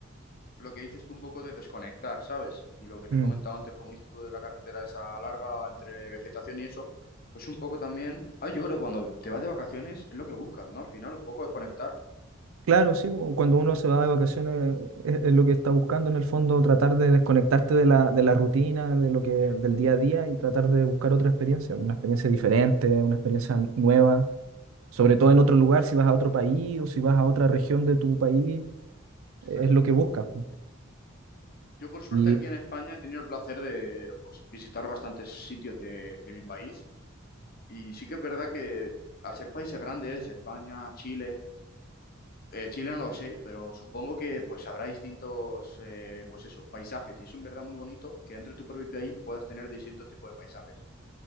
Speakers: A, on the left (about 45°); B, on the right (about 85°).
A: lo que dices tú un poco de desconectar, ¿sabes? Y lo que te
B: mm.
A: he comentado antes, como dices tú, de la carretera esa larga entre vegetación y eso, pues un poco también, ah yo creo que cuando te vas de vacaciones es lo que buscas, ¿no? Al final, un poco desconectar.
B: Claro, sí, o cuando uno se va de vacaciones es, es lo que está buscando en el fondo, tratar de desconectarte de la, de la rutina, de lo que, del
A: Sí,
B: día a día y tratar de buscar otra experiencia, una experiencia diferente, una experiencia nueva, sobre todo en otro lugar, si vas a otro país o si vas a otra región de tu país,
A: exacto.
B: es lo que buscas. po.
A: Yo por suerte
B: Y
A: aquí en España he tenido el placer de pues, visitar bastantes sitios de, de mi país y sí que es verdad que al ser países grandes, España, Chile, Eh, Chile no lo sé, pero supongo que pues habrá distintos, eh, pues eso, paisajes. Y es en verdad muy bonito que dentro de tu propio país puedas tener distintos tipos de paisajes.